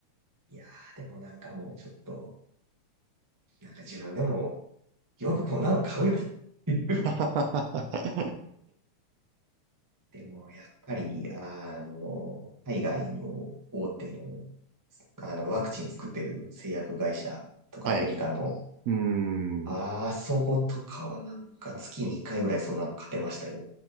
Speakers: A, on the right; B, on the right.
A: いやー、でもなんかもうちょっと、なんか自分でも、よくこんなの買うよっていう
B: <laughs> は
A: <laughs> でも、やっぱり、あの、海外の大手の、あの、ワクチン作ってる製薬会社とかアメリカの、
B: い。うーん。
A: あそことかはなんか月に1回ぐらいそんなの勝てましたよ。